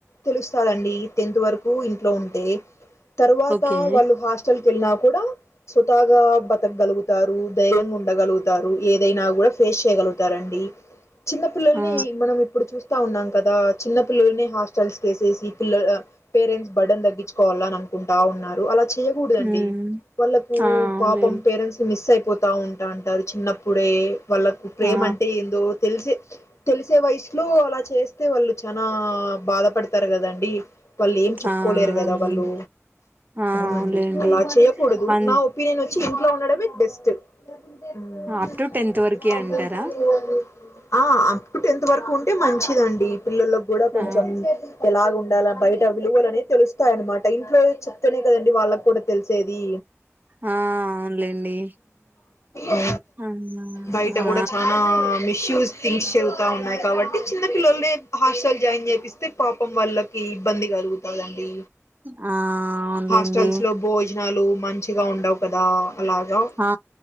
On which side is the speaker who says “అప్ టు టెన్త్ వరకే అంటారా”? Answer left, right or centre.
Right